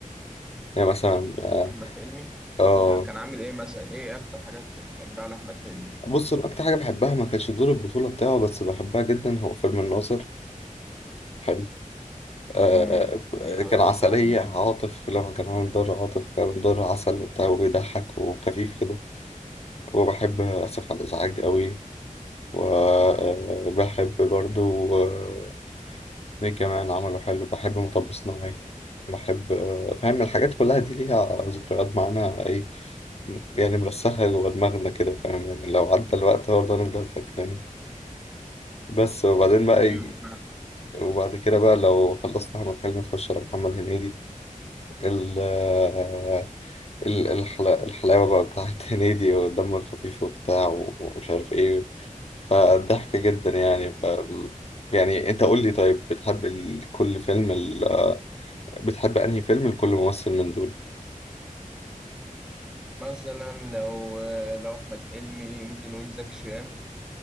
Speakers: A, on the left; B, in the centre.
A: يعني مثلا اه
B: احمد حلمي
A: آه،
B: يعني كان عامل ايه مثلا ايه اكتر حاجه بت- بتحبها لاحمد حلمي
A: بص انا اكتر حاجة بحبها ما كانش دور البطولة بتاعه بس بحبها جدا هو فيلم الناظر حلو آه،
B: امم الناظر
A: كان عسلية
B: صلاح الدين
A: عاطف لما كان عامل دار عاطف كان دار عسل وبتاع وبيضحك وخفيف كده وبحب آسف على الإزعاج قوي وبحب برضو آه، مين كمان عمله حلو بحب مطب صناعي بحب آه، فاهم الحاجات كلها دي ليها ذكريات معانا ايه يعني مرسخة جوه دماغنا كده فاهم يعني لو عدى الوقت برضه هنفضل فاكرينها بس وبعدين بقى يجي
B: ايوه فعلا.
A: وبعد كده بقى لو خلصت أحمد حلمي تخش على محمد هنيدي ال آه، ال- الحلا- الحلاوة بقى بتاعت <laughs> هنيدي والدم الخفيف وبتاع و- ومش عارف ايه فضحكة جدا يعني ف يعني انت قول لي طيب بتحب ال- كل فيلم ال... بتحب انهي فيلم لكل ممثل من دول
B: مثلا لو لو احمد حلمي ممكن نقول زكي شان